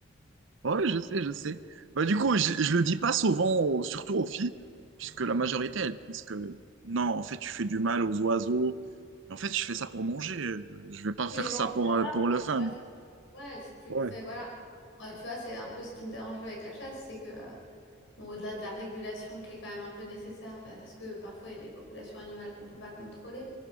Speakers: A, on the right; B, on the left.
A: Ouais, je sais, je sais. Bah, du coup, je, je le dis pas souvent, au- surtout aux filles, puisque la majorité, elles pensent que non, en fait, tu fais du mal aux oiseaux. Mais en fait, je fais ça pour manger. euh, Je vais pas faire
B: Tu les manges,
A: ça pour,
B: ça
A: euh,
B: va,
A: pour
B: enfin,
A: le fun.
B: tu vois? C'est ouais, si tu
A: Ouais.
B: le fais, voilà. Ouais, tu vois, c'est un peu ce qui me dérange avec la chasse, c'est que, heu, bon, au-delà de la régulation qui est quand même un peu nécessaire parce que, parfois, il y a des populations animales qu'on peut pas contrôler.